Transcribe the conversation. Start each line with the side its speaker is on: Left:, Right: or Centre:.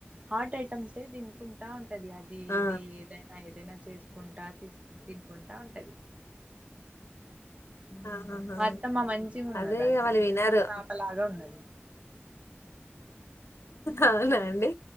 Right: హాట్ ఐటమ్స్ అయితే తినుకుంటా ఉంటది అది
Left: ఆ
Right: ఇది ఏదై ఏదైనా చేస్ కుంటా తీస్ తీన్ కుంటా అది ఉ
Left: ఆహాహా
Right: మా అత్తమ్మ మంచిగా ఉన్నదండి
Left: అదే ఇగ వాళ్ళు వినరు
Right: చిట్టి పాపలాగా ఉన్నది
Left: అవునా అండి